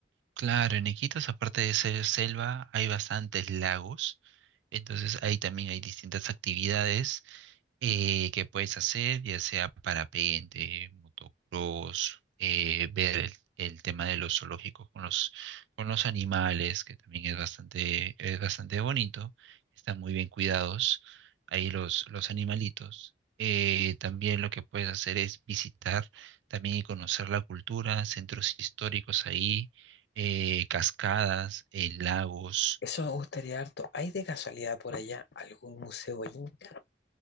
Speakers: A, on the right; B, on the left.
A: Claro, en Iquitos, aparte de ser selva, hay bastantes lagos, entonces ahí también hay distintas actividades eh, que puedes hacer, ya sea parapente, motocross, eh, ver el, el tema de los zoológicos con los, con los animales, que también es bastante, es bastante bonito, están muy bien cuidados ahí los, los animalitos. Eh, también lo que puedes hacer es visitar también y conocer la cultura, centros históricos ahí, eh, cascadas, eh, lagos,
B: Eso me gustaría harto. ¿Hay de casualidad por allá algún museo inca?